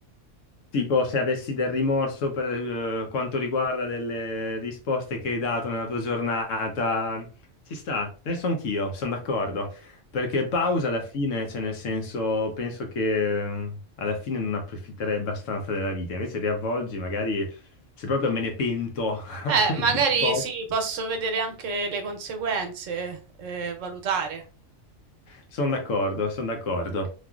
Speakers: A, on the left (about 85°); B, on the right (about 85°).
A: Tipo, se avessi del rimorso per eh, quanto riguarda delle risposte che hai dato nella tua giornata, ci sta, penso anch'io, sono d'accordo. Perché
B: Mm.
A: pausa alla fine, cioè nel senso, penso che eh, alla fine non approfitterei abbastanza della vita. Invece riavvolgi, magari se proprio me ne pento.
B: Eh, magari
A: <laughs>
B: sì, posso vedere anche le conseguenze, eh, valutare.
A: Sono d'accordo, sono d'accordo.